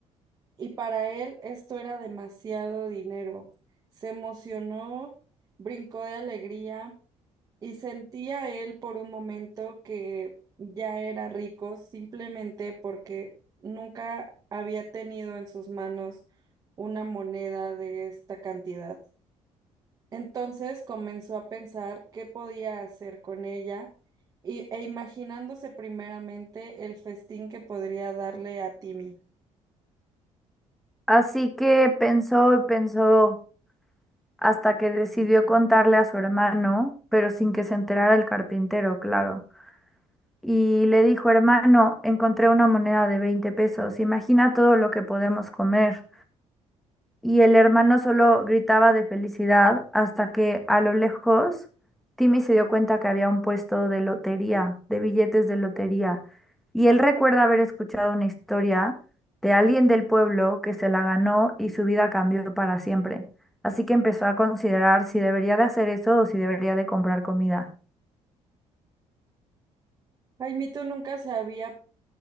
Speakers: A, on the right; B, in the centre.
A: y para él esto era demasiado dinero. Se emocionó, brincó de alegría, Y sentía él por un momento que ya era rico simplemente porque nunca había tenido en sus manos una moneda de esta cantidad. Entonces comenzó a pensar qué podía hacer con ella y, e imaginándose primeramente el festín que podría darle a Timmy.
B: Así que pensó y pensó hasta que decidió contarle a su hermano, pero sin que se enterara el carpintero, claro. y le dijo, hermano, encontré una moneda de 20 pesos, imagina todo lo que podemos comer. Y el hermano solo gritaba de felicidad hasta que a lo lejos Timmy se dio cuenta que había un puesto de lotería, de billetes de lotería. Y él recuerda haber escuchado una historia de alguien del pueblo que se la ganó y su vida cambió para siempre. Así que empezó a considerar si debería de hacer eso o si debería de comprar comida.
A: Jaimito nunca se había